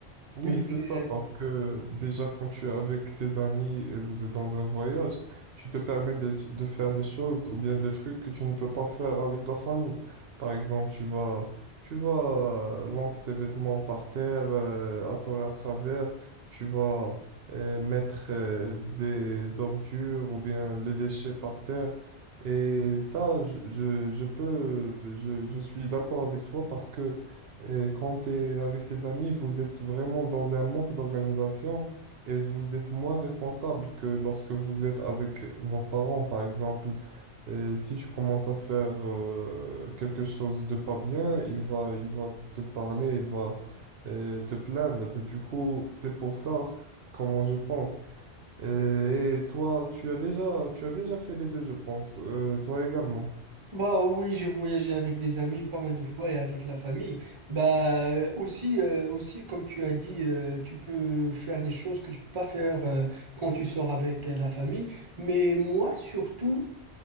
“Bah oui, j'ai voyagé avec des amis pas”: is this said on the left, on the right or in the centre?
Right